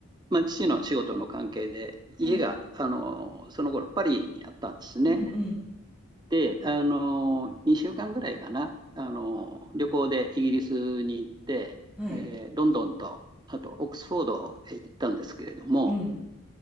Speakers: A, on the right (about 20°); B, in the centre.
A: まあ、父の仕事の関係で、
B: はい。
A: 家が、あの、その頃パリにあったんですね。
B: うんうん。
A: で、あの、2週間ぐらいかな、あの、旅行でイギリスに行って、
B: はい。
A: えーロンドンと、あとオックスフォードへ行ったんですけれども、
B: うん。